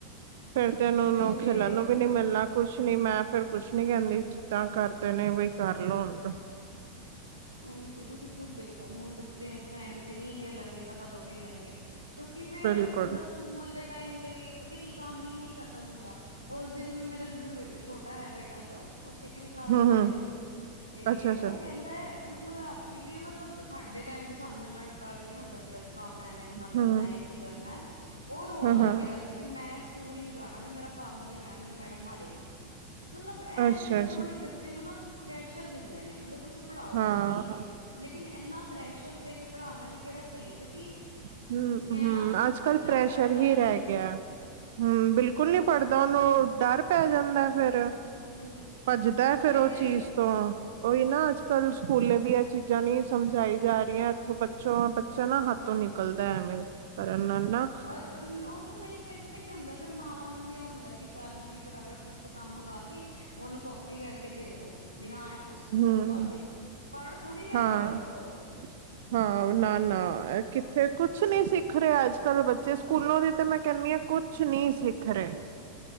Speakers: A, on the right (about 55°); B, on the left (about 85°).
A: ਫੇਿਰ ਤੇ ਇਹਨੂੰ
B: ਉਹੀ ਤੇ
A: ਖੇਲਣ ਵੀ ਨੀ ਮਿਲਣਾ ਕੁਛ ਨੀ ਮੈਂ ਫੇਰ ਕੁਛ ਨੀ ਕਹਿੰਦੀ। ਕਿਦਾਂ ਕਰਦੇ ਨੇ ਬਈ ਕਰ ਲੋ ਹੁਣ
B: ਉਹੀ ਤੇ ਤੁਸੀਂ ਖੁਦ ਦੇਖੋ ਹੁਣ ਬੱਚੇ ਇਸ ਟਾਈਮ ਤੇ ਨਹੀਂ ਖੇਲਣਗੇ ਤਾਂ ਕਦੋਂ ਖੇਲਣਗੇ। ਕਿਉਂਕਿ ਫੇਰ
A: ਬਿਲਕੁਲ
B: ਮਤਲਬ ਸਕੂਲ ਦੇ ਟਾਈਮ ਤੇ ਵੀ ਪਤਾ ਕੀ ਕੰਮ ਹੀ ਨਹੀਂ ਖਤਮ ਹੁੰਦਾ। ਉਸ ਦਿਨ ਵੀ ਮੇਰਾ ਜਿਵੇਂ ਛੋਟਾ ਹੈ ਬੇਟਾ ਜੋ ਉਹ ਸੈਕਿੰਡ ਕਲਾਸ
A: ਹਮ
B: ਚ
A: ਹਮ
B: ਹੈਗਾ ਤੇ
A: ਅੱਛਾ ਅੱਛਾ
B: ਉਹ ਕਹਿੰਦਾ। ਮਤਲਬ ਰਾਤੀ ਵੀ ਮਤਲਬ ਸਾਡੇ ਟਾਈਮ ਤੇ ਸਾਨੂੰ ਇੰਨਾ ਡਰ ਨੀ ਹੁੰਦਾ ਸੀਗਾ ਵੀ ਕੰਮ ਐਵੇਂ ਇੰਨਾ ਕਰਨਾ
A: ਹਮ
B: ਜਾਂ ਕੀ ਕਰਨਾ ਉਹ ਰੋਣ
A: ਹਾਂ
B: ਲੱਗ
A: ਹਾਂ
B: ਗਿਆ ਰਾਤੀ ਤੇ ਵੀ ਮੈਂ ਸਕੂਲ ਨੀ ਜਾਣਾ ਵੀ ਮੇਰਾ ਕੰਮ ਨੀ ਹੋਇਆ ਮੈਨੂੰ ਮੈਡਮ ਮਾਰੇਗੀ। ਮਤਲਬ ਇਹ
A: ਅੱਛਾ
B: ਚੀਜ਼ਾਂ
A: ਅੱਛਾ
B: ਥੋੜ੍ਹੀਆਂ ਬੱਚੇ ਨੂੰ ਨਾ ਪ੍ਰੈਸ਼ਰ ਦਿੰਦੀਆਂ ਨੇ ਮਤਲਬ ਤੁਸੀਂ ਪੜ੍ਹਾਓ।
A: ਹਾਂ
B: ਠੀਕ ਏ ਲੇਕਿਨ ਇੰਨਾ ਪ੍ਰੈਸ਼ਰ ਦੇ ਕੇ ਪੜ੍ਹਾਉਣਾ ਵੀ ਕਿਹੜਾ ਸਹੀ ਹੈ ਕਿਉਂਕਿ
A: ਹੁ,
B: ਕਹਿਣਾ
A: ਹੁ ਅੱਜ
B: ਬੱਚਾ
A: ਕੱਲ੍ਹ ਪ੍ਰੈਸ਼ਰ
B: ਫੇਰ ਪੜ੍ਹਦਾ
A: ਹੀ
B: ਨੀ
A: ਰਹਿ
B: ਏ
A: ਗਿਆ। ਹੁ ਬਿਲਕੁਲ ਨੀ ਪੜ੍ਹਦਾ ਉਹਨੂੰ ਡਰ ਪੈ ਜਾਂਦਾ ਫੇਿਰ
B: ਹੂੰ
A: ਭੱਜਦਾ
B: ਉਹੀ
A: ਫੇਰ ਉਹ
B: ਤੇ
A: ਚੀਜ਼ ਤੋਂ ਉਹੀ ਨਾ ਅੱਜ ਕੱਲ੍ਹ ਸਕੂਲੇ ਵੀ ਇਹ ਚੀਜ਼ਾਂ ਨੀ ਸਮਝਾਈ ਜਾ ਰਹੀਆਂ ਇੱਥੋਂ ਬੱਚੋਂ ਬੱਚਾ ਨਾ ਹੱਥੋਂ ਨਿ ਨਿਕਲਦਾ ਐਵੇਂ ਕਰਨ ਨਾਲ ਨਾ
B: ਔਰ ਉਹ ਨਾ ਨਹੀਂ ਫੇਰ ਪਤਾ ਕੀ ਹੁੰਦਾ ਫਿਰ ਮਾਵਾਂ ਨੂੰ ਵੀ ਇਹ ਹੁੰਦਾ ਚੱਲ ਬ ਫਟਾਵਟ ਕਿਸ ਤੋਂ ਕੰਮ ਮੰਗਾ ਕੇ ਉਹਨੂੰ ਕੋਪੀ ਕਰਕੇ ਦੇ ਦੋ ਵੀ ਹਾਂ ਸਕੂਲ
A: ਹਮ
B: ਦਿਖਾ ਦੇ ਪੜ੍ਹ ਥੋੜ੍ਹੀ ਰਿਹਾ
A: ਹਾਂ
B: ਫਿਰ ਬੱਚਾ ਉਹ
A: <inaudible> ਹਾਂ ਨਾ- ਨਾ ਕਿੱਥੇ ਕੁਛ ਨੀ ਸਿੱਖ ਰਿਹਾ ਅੱਜ ਕੱਲ ਬੱਚੇ ਸਕੂਲਾਂ ਦੀ ਤੇ ਮੈਂ ਕਹਿੰਣੀ ਆਂ ਕੁਛ ਕੁਛ ਨਹੀਂ ਸਿਖ ਰਹੇ।